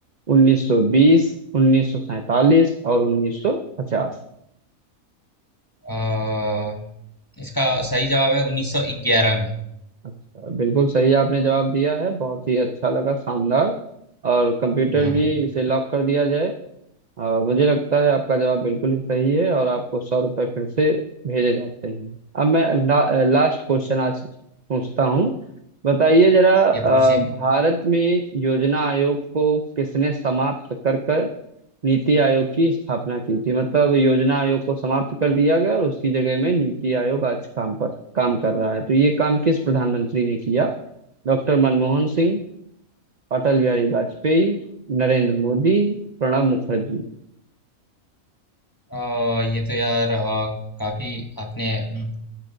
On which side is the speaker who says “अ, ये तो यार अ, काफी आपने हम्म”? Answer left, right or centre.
Left